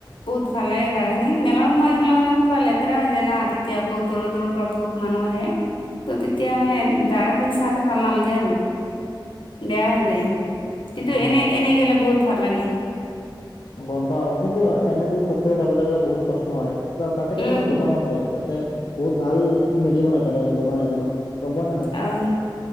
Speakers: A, on the left; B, on the left.
A: বহুত ভাল লাগে জাগা খিনিৰ। কিন্তু মেলা সময়ত আহ' গলে মানে লেতেৰা হৈ যায় না তেতিয়া বহুত দূৰ দূৰ পৰা বহুত মানুহ আহে ত' তেতিয়া মানে জাগা খিনি চাওতে ভাল নালগে আৰু। বেয়া হৈ যায় কিন্তু
B: উম,
A: এনে
B: হুম,
A: এনেই গেলে বহুত ভাল লাগে।
B: গম পাও কিন্তু এনেটো খোজকাঢ়ি যাব লাগিলে বহুত কষ্ট হয়। ত তাতে কেইটামান
A: উম
B: দকানো আছে তাতে বহুত ভাল মেগি বনাই। তাতে দোকান এজনো গম পোৱা নে নাই।
A: অহ',